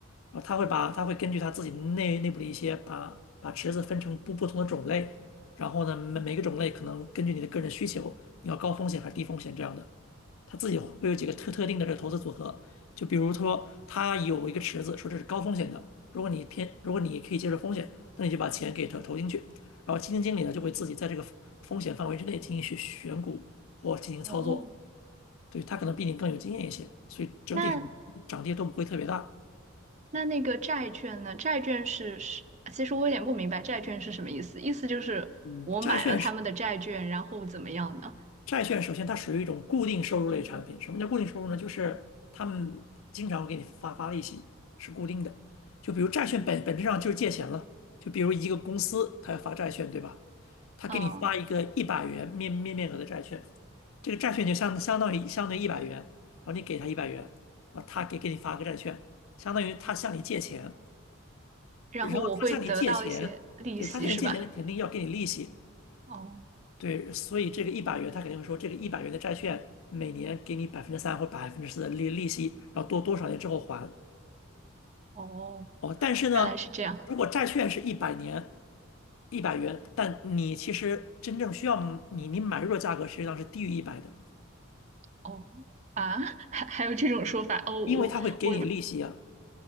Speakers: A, on the left (about 75°); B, on the right (about 35°).
A: 然后它会把它会根据它自己内内部的一些把把池子分成不不同的种类，然后呢每每个种类可能根据你的个人需求，你要高风险还是低风险这样的。他自己会有几个特特定的这个投资组合，就比如说他有一个池子，说这是高风险的，如果你偏，如果你可以接受风险，那你就把钱给投投进去，然后基金经理呢就会自己在这个风风险范围之内进行选选股或进行操作，
B: 哦，
A: 对，他可能比你更有经验一些，所以整体上涨跌都不会特别大。
B: 那那那个债券呢？债券是是，其实我有点不明白债券是什么意思，意思就是我买了他们的债券，
A: 嗯，债券是
B: 然后怎么样呢？
A: 债券首先它属于一种固定收入类产品。什么叫固定收入呢？就是他们经常会给你发发利息，是固定的。就比如债券本本质上就是借钱了。就比如一个公司，它要发债券，对吧？它给你发一个一百元面面面额的债券，
B: 嗯，
A: 这个债券就相相当于相当于一百元，然后你给他一百元，啊，他给给你发个债券，相当于他向你借钱，
B: 然后我会得到一些利息，
A: 然后他向你借钱，对，他向你借钱，
B: 是吧？
A: 他肯定要给你利息。
B: 哦
A: 对，所以这个一百元，他肯定会说，这个一百元的债券每年给你百分之三或百分之四的利利息，然后多多少年之后还。
B: 哦，
A: 哦，但是呢，
B: 原来是这样。
A: 如果债券是一百年，一百元，但你其实真正需要你你买入的价格实际上是低于一百的，
B: 哦啊，还还有这种说法哦，
A: 因为它会给你利息啊，
B: 我我